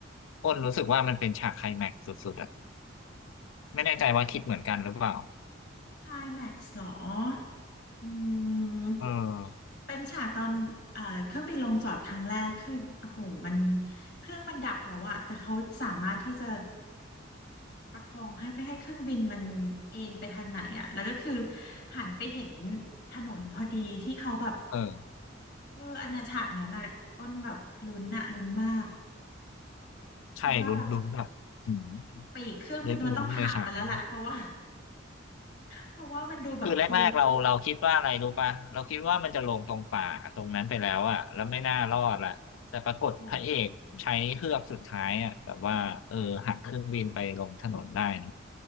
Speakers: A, on the left; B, on the left.
A: อ้นรู้สึกว่ามันเป็นฉากไคลแม็กซ์สุดๆอะไม่แน่ใจว่าคิดเหมือนกันหรือเปล่า
B: คลายแม็กซ์หรออืม
A: เออ
B: เป็นฉากตอนเอ่อเครื่องบินลงจอดครั้งแรกคือโอ้โหมันเครื่องมันดับแล้วอะแต่เขาสามารถที่จะประคองให้ไม่ให้เครื่องบินมันเอนไปทางไหนอะแล้วก็คือหันไปเห็นถนนพอดีที่เขาแบบ
A: เออ
B: เอออันนั้นฉากนั้นอะอ้นแบบลุ้นอะลุ้นมาก
A: ใช่ลุ้นลุ้นแบบอืม
B: คิดว่าแบบปีกเครื่องบินมันต้องหักไปแล้วแหละเพราะว่า
A: เล็ดมุ้งเลยฉากนั้น
B: เพราะว่ามันดูแบบดู
A: คือแรกๆเราเราคิดว่าอะไรรู้ป่ะเราคิดว่ามันจะลงตรงป่าตรงนั้นไปแล้วอะแล้วไม่น่ารอดละแต่ปรากฏพระเอกใช้เฮือกสุดท้ายอะแบบว่าเออหักเครื่องบินไปลงถนนได้เนอะ
B: โอ้โห